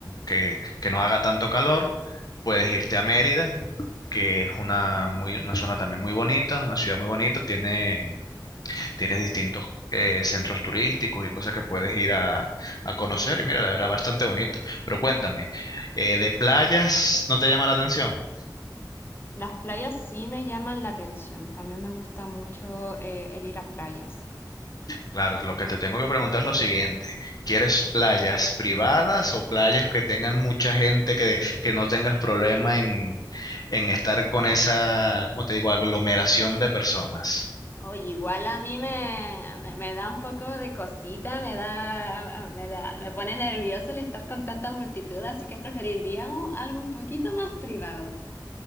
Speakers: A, on the left; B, on the left.
A: que, que no haga tanto calor, puedes irte a Mérida, que es una, muy, una zona también muy bonita, una ciudad muy bonita, tiene, tiene distintos eh, centros turísticos y cosas que puedes ir a, a conocer, y mira, la verdad, bastante bonito. Pero cuéntame, eh, ¿de playas no te llama la atención?
B: las playas sí me llaman la atención. También me gusta mucho eh, el ir a playas.
A: Claro, lo que te tengo que preguntar es lo siguiente. ¿Quieres playas privadas o playas que tengan mucha gente que, que no tengas problema en, en estar con esa, ¿cómo te digo?, aglomeración de personas.
B: Oye, igual a mí me, me, me da un poco de cosita, me da, me da, me pone nervioso el estar con tanta multitud, así que preferiría un- algo un poquito más privado.